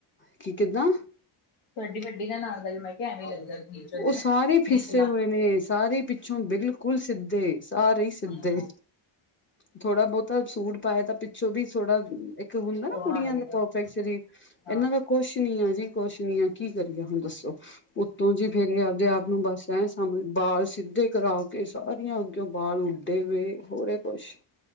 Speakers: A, on the left; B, on the left.
A: ਕੀ ਕਿੱਦਾਂ
B: ਤਾਡੀ ਵੱਡੀ ਨਨਾਣ ਦਾ ਵੀ ਮੈਂ ਕਿਆ ਐਵੇਂ ਈ ਲੱਗਦਾ। ਨੀਚੋ ਦੀ
A: ਓ
B: ਨਾ
A: ਸਾਰੇ ਫੀਸੇ
B: ਨਿਚਲਾ
A: ਹੋਏ ਨੇ ਸਾਰੇ ਪਿੱਛੋਂ ਬਿਲਕੁਲ ਸਿੱਧ ਤੇ ਸਾਰੇ ਈ ਸਿੱਧੇ।
B: ਹਮ
A: ਥੋੜਾ ਬੋਤਾ ਸੂਟ ਪਾਇਆ ਤਾਂ ਪਿੱਛੋਂ ਵੀ ਥੋੜਾ ਇਕ ਇਕ ਹੁੰਦਾ ਨਾ
B: ਸੋਹਣਾ
A: ਕੁੜੀਆਂ
B: ਲੱਗਦਾ
A: ਦਾ ਪਰਫੈਕਟ ਸਰੀਰ
B: ਹਾਂ
A: ਇਨਾਂ ਦਾ ਕੁਛ ਨੀ ਆ ਜੀ ਕੁਛ ਨੀ ਆ ਕੀ ਕਰੀਏ, ਹੁਣ ਦੱਸੋ ਉੱਤੋਂ ਜੀ ਫੇਰ ਇਹ ਆਪਦੇ ਆਪ ਨੂੰ ਬਸ ਐ ਸਮਝ ਬਾਲ ਸਿੱਧੇ ਕਰਾ ਕੇ ਕੇ ਸਾਰੀਆਂ ਅੱਗਿਓ ਬਾਲ ਉੱਡੇ ਹੋਏ ਹੋਰੇ ਐ ਕੁਛ